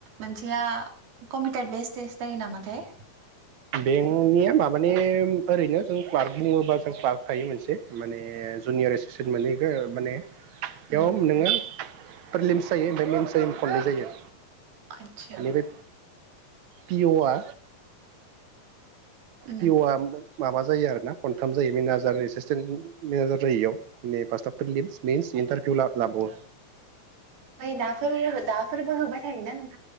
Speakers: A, on the right; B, on the right.
A: बिथिया कम्पिउटार बेस टेस्ट जायो नामाथाय
B: बेंकनिया माबानिम ओरैनो जों फ्लार्क बुंङोबा जों फ्लार्क थायो मोनसे माने। जुनियर एसिसेट मोनहैखो माने। बेयाव
A: उम
B: नोंङो प्रिलिम्स जायो ओमफाय मेमस जायो खननै जायो।
A: आदसा
B: बेनि बे पिअ आ।
A: उम
B: पिअ आ ओमबा। माबा जायो आरोना खनथाम जायो मेनाजार एसिसटेन्ट मेनाजार जायो इयाव ने फास्टाफ। लिमस मिन्स इन्टारभिउ ला लाबोवो।
A: ओमफाय दाफोर हो दाफोरबो होबाय थायोना नों।